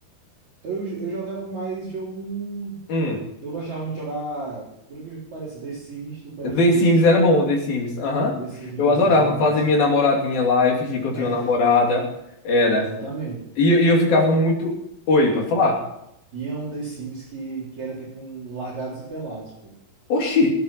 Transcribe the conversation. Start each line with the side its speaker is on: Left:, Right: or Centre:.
Right: Eu, eu jogava mais jogo.
Left: Hum.
Right: Eu gostava muito de jogar, por incrível que pareça, The Sims do ps
Left: The
Right: dois
Left: Sims era bom, The Sims. Aham.
Right: O The Sims do
Left: Eu
Right: ps
Left: adorava
Right: dois era massa,
Left: fazer minha namoradinha lá, eu fingia que eu
Right: né?
Left: tinha uma namorada. Era.
Right: <laughs> Exatamente.
Left: E, eu- e eu ficava
Right: Olha,
Left: muito. Oi, pode falar?
Right: tinha um The Sims que, que era tipo um um Largados e Pelados, pô. <laughs>
Left: Oxi.